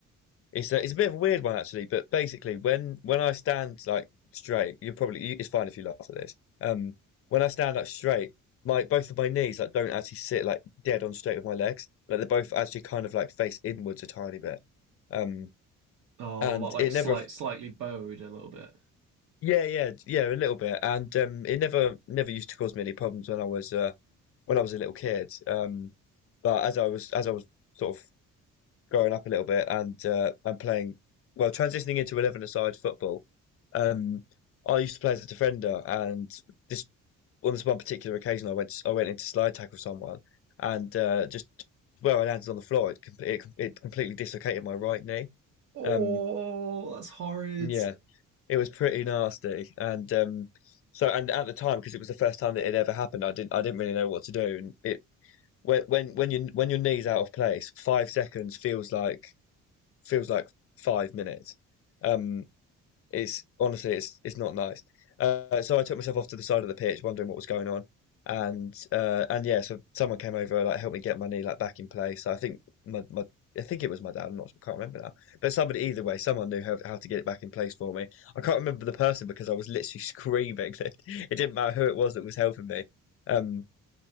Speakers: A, on the left (about 50°); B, on the right (about 80°).
A: it's a, it's a bit of a weird one actually, but basically when when I stand like straight, you're probably you, it's fine if you laugh at this. Um, when I stand up straight, my both of my knees like don't actually sit like dead on straight with my legs. Like they're both actually kind of like face inwards a tiny bit. Um,
B: Oh,
A: and
B: what, like
A: it
B: slight
A: never,
B: slightly bowed a little bit.
A: yeah, yeah, yeah, a little bit. And um, it never never used to cause me any problems when I was uh, when I was a little kid. Um, but as I was as I was sort of growing up a little bit and uh, and playing, well, transitioning into 11-a-side football, um, I used to play as a defender. And this on this one particular occasion, I went I went into slide tackle someone, and uh, just where I landed on the floor, it com- it, com- it completely dislocated my right knee.
B: Oh,
A: Um,
B: that's horrid.
A: yeah, it was pretty nasty, and um, so and at the time because it was the first time that it ever happened, I didn't I didn't really know what to do, and it when when when your when your knee's out of place, five seconds feels like feels like five minutes. Um, it's honestly it's it's not nice. Uh, so I took myself off to the side of the pitch, wondering what was going on, and uh, and yeah, so someone came over like helped me get my knee like back in place. So I think my, my I think it was my dad. I'm not I can't remember now, but somebody either way, someone knew how, how to get it back in place for me. I can't remember the person because I was literally screaming. <laughs> It didn't matter who it was that was helping me. Um,